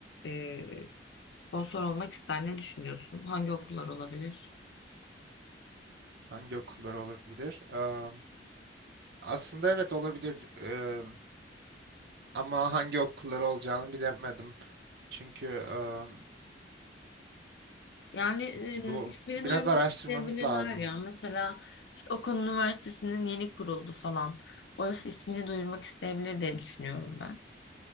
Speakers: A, on the left (about 70°); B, on the right (about 65°).
A: e, sponsor olmak ister. Ne düşünüyorsun? Hangi okullar olabilir?
B: Hangi okullar olabilir? Am, aslında evet olabilir. Am, ama hangi okullar olacağını bilemedim. Çünkü am,
A: Yani e,
B: bu
A: ismini
B: biraz
A: duyurmak
B: araştırmamız
A: isteyebilirler
B: lazım.
A: ya. Mesela işte Okan Üniversitesi'nin yeni kuruldu falan. Orası ismini duyurmak isteyebilir diye düşünüyorum ben.